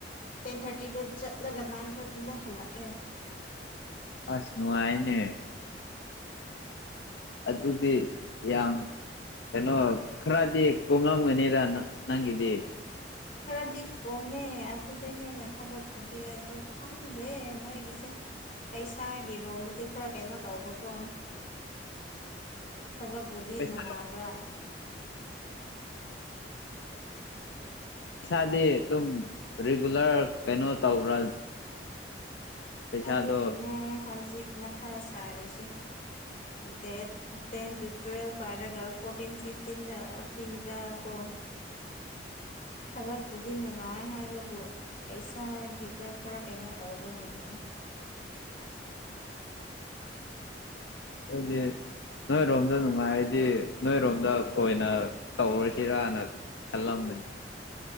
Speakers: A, on the left; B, on the left.
A: ꯇꯦꯟ ꯊ꯭ꯔꯠꯇꯤꯗ ꯆꯠꯂꯒ ꯅꯥꯏꯟ ꯊ꯭ꯔꯠꯇꯤꯗ ꯍꯜꯂꯛꯑꯦ
B: ꯑꯁ ꯅꯨꯡꯉꯥꯏꯅꯦ ꯑꯗꯨꯗꯤ ꯌꯥꯝ ꯀꯩꯅꯣ ꯈꯔꯗꯤ ꯀꯣꯝꯂꯝꯒꯅꯤꯗ ꯅꯪꯒꯤꯗꯤ
A: ꯈꯔꯗꯤ ꯀꯣꯝꯃꯦ ꯑꯗꯨꯗ ꯍꯦꯟꯅ ꯊꯕꯛꯄꯨꯗꯤ ꯑꯗꯣ ꯈꯪꯗꯦ ꯃꯣꯏꯒꯤꯁꯦ ꯄꯩꯁꯥꯒꯤ ꯔꯣꯝꯗꯗꯤ ꯈꯔ ꯀꯩꯅꯣ ꯇꯧꯕꯀꯣ ꯊꯕꯛꯄꯨꯗꯤ
B: ꯄꯩꯁꯥ
A: ꯅꯨꯡꯉꯥꯏꯕ
B: ꯄꯩꯁꯥꯗꯤ ꯗꯨꯝ ꯔꯤꯒꯨꯂꯔ ꯀꯩꯅꯣ ꯇꯧꯕ꯭ꯔꯥ ꯄꯩꯁꯥꯗꯣ
A: ꯑꯗꯨꯒꯤꯅꯦ ꯍꯧꯖꯤꯛ ꯃꯊꯥ ꯁꯥꯔꯤꯁꯦ ꯗꯦꯠ ꯇꯦꯟ ꯇꯨ ꯇꯨꯋꯦꯜꯚ ꯍꯥꯏꯔꯒ ꯐꯣꯔꯇꯤꯟ ꯐꯤꯐꯇꯤꯟꯗ ꯄꯤꯕ ꯀꯣ ꯊꯕꯛꯄꯨꯗꯤ ꯅꯨꯡꯉꯥꯏ ꯍꯥꯏꯕꯕꯨ ꯄꯩꯁꯥꯒꯤꯗ ꯈꯔ ꯀꯩꯅꯣ ꯇꯧꯕꯒꯤꯅꯦ
B: ꯑꯩꯈꯣꯢꯘꯤ ꯅꯣꯏꯔꯣꯝꯗ ꯅꯨꯡꯉꯥꯏꯔꯗꯤ ꯅꯣꯏꯔꯣꯝꯗ ꯑꯣꯏꯅ ꯇꯧꯔꯁꯤꯔꯅ ꯈꯜꯂꯝꯕꯅꯤ